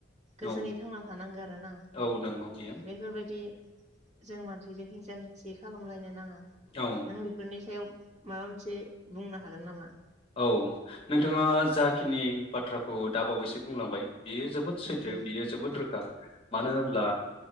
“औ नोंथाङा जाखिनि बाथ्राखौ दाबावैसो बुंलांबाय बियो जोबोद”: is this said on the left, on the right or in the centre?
Left